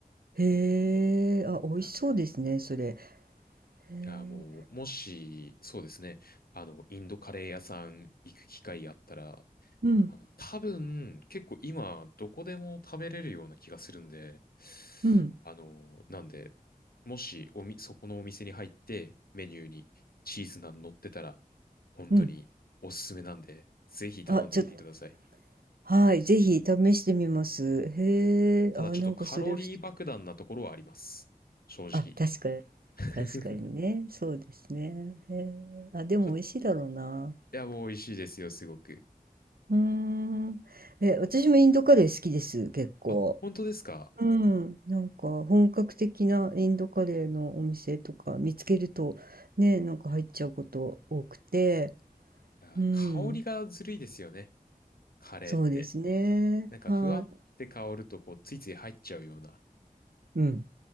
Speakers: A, on the right; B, on the left.
A: へえ、あ、美味しそうですね、
B: いや
A: それ。へえ、
B: いや、もう、もし、そうですね、あの、インドカレー屋さん行く機会あったら、
A: うん、
B: あの、多分、結構今、どこでも食べれるような気がするんで、
A: うん、
B: あの、なんで、もし、おみ、そこのお店に入って、メニューにチーズナン乗ってたら、本当におすすめなんで、
A: うん。
B: ぜひ頼んでみてください。
A: あ、ちょっと、はい、ぜひ試してみます。へえ、
B: ただ、
A: あ、
B: ちょっとカロリー爆弾なところはあります。
A: なんかそれ
B: 正直。
A: あ、確かに。
B: <laughs>
A: 確かにね。そうですね。へえ。あ、でも美味しいだろうな。
B: ちょっと、いや、もう美味しいですよ、すごく。
A: うーん。え、私もインドカレー好きです、結構。
B: あ、本当ですか
A: うん。なんか本格的なインドカレーのお店とか見つけるとね、なんか入っちゃうこと多くて。
B: いやー、
A: うん。
B: 香りがずるいですよね。カレーって。
A: そうですね。
B: なんか、
A: はい。
B: ふわって香ると、こう、ついつい入っちゃうような。
A: うん。